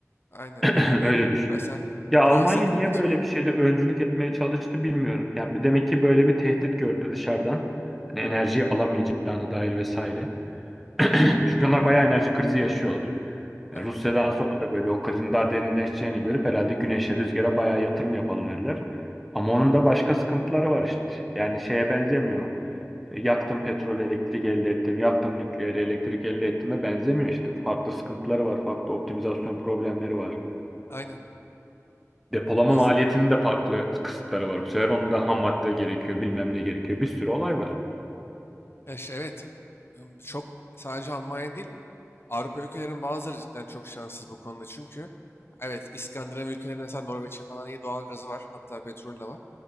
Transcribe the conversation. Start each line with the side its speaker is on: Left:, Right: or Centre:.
Left: Aynen
Centre: <clears throat>
Left: herhalde
Centre: Öyle
Left: öyle.
Centre: düşün.
Left: Mesela
Centre: Ya Almanya
Left: Fransa kapatmıyor.
Centre: niye böyle bir şeyde öncülük etmeye çalıştı bilmiyorum. Yani bir- demek ki böyle bir tehdit gördü dışarıdan. Hani enerjiyi alamayacağına dair vesaire. <clears throat> Çünkü onlar bayağı enerji krizi yaşıyorlar.
Left: Aynen.
Centre: Yani Rusya'dan sonra da böyle o krizin daha derinleşeceğini görüp herhalde güneşe, rüzgara bayağı yatırım yapalım dediler. Ama onun da başka sıkıntıları var işte. Yani şeye benzemiyor. E, Yaktım petrol, elektrik elde ettim. Yaktım nükleer, elektrik elde ettiğime benzemiyor işte. Farklı sıkıntıları var, farklı optimizasyon problemleri var.
Left: Aynen.
Centre: Depolama
Left: Yaz-
Centre: maliyetinin de farklı kısıtları var. Bu sefer onun da ham madde gerekiyor, bilmem ne gerekiyor. Bir sürü olay var.
Left: ya şey, evet. Im, Çok sadece Almanya değil. Avrupa ülkelerinin bazıları cidden çok şanssız bu konuda. Çünkü evet İskandinav ülkelerinde mesela Norveç'in falan iyi doğal gazı var. Hatta petrol de var.